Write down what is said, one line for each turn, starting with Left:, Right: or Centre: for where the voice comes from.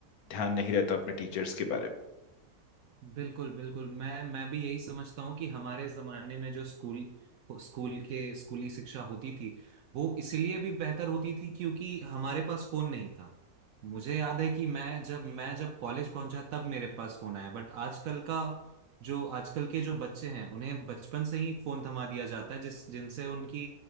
Left: ध्यान नहीं रहता अपने टीचर्स के बारे में
Right: बिल्कुल बिल्कुल मैं मैं भी यही समझता हूँ कि हमारे जमाने में जो स्कूल स्कूल के स्कूली शिक्षा होती थी वो इसलिए भी बेहतर होती थी क्योंकि हमारे पास फोन नहीं था मुझे याद है कि मैं जब मैं जब कॉलेज पहुंचा तब मेरे पास फोन आया बट आजकल का जो आजकल के जो बच्चे हैं उन्हें बचपन से ही फोन थमा दिया जाता है जिस जिनसे उनकी